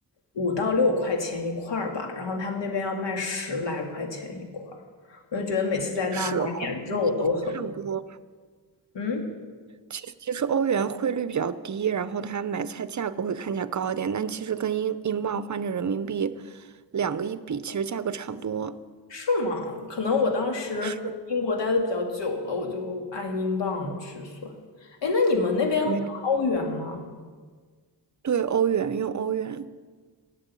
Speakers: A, on the left; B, on the right.
A: 五到六块钱一块儿吧，然后他们那边要卖十来块钱一块儿，我就觉得每次在那儿买点肉都很，
B: 是差不多。
A: 嗯，
B: 其实其实欧元汇率比较低，然后它买菜价格会看起来高一点，但其实跟英英镑换成人民币，两个一比，其实价格差不多。
A: 是吗？可能我当时英国待的比较久了，
B: 是，
A: 我就按英镑去算。哎，那你们那边花欧元吗？
B: 没有，对，欧元，用欧元。